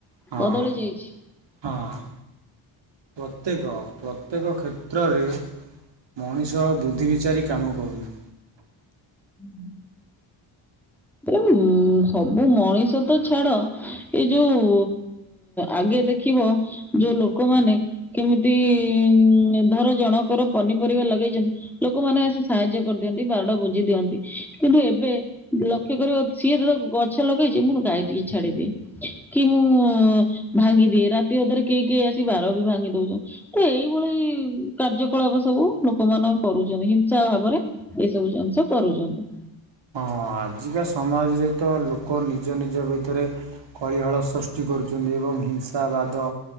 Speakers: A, on the right; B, in the centre.
A: ହଁ
B: ବଦଳି ଯାଇଛି।
A: ହଁ। ପ୍ରତ୍ୟେକ ପ୍ରତ୍ୟେକ କ୍ଷେତ୍ରରେ ମଣିଷ ଆଉ ବୁଦ୍ଧି ବିଚାରି କାମ କରୁନି।
B: <inaudible> <unintelligible> ସବୁ ମଣିଷ ତ ଛାଡ଼ ଏଇ ଯୋଉ ଆଗେ ଦେଖିବ ଯୋଉ ଲୋକମାନେ କେମିତି ଉ ଧର ଜଣଙ୍କର ପନିପରିବା ଲଗେଇଛନ୍ତି ଲୋକମାନେ ଆସି ସାହାଯ୍ୟ କରିଦିଅନ୍ତି ବାଡ ବୁଝି ଦିଅନ୍ତି କିନ୍ତୁ ଏବେ ବ୍ଲକ୍ ଲକ୍ଷ୍ୟ କରିବ ସିଏ ତ ଗଛ ଲଗେଇଛି ମୁଁ ଗାଈ ଟିକେ ଛାଡ଼ିଦିଏ। କି ମୁଁ ଭାଙ୍ଗିଦିଏ ରାତି ଅଧରେ କେହି କେହି ଆସିବି ବାର ବି ଭାଙ୍ଗି ଦଉଛନ୍ତୀ। ତ ଏଇଭଳି କାର୍ଯ୍ୟକଳାପ ସବୁ ଲୋକ ମାନେ କରୁଛନ୍ତି ହିଂସା ଭାବରେ। ଏଇ ସବୁ ଜିନିଷ କରୁଛନ୍ତି।
A: ହଁ ଆଜିକା ସମାଜରେ ତ ଲୋକ ନିଜ ନିଜ ଭିତରେ କଳିହଳ ସୃଷ୍ଟି କରୁଛନ୍ତି ଏବଂ ହିଂସା ବାଦ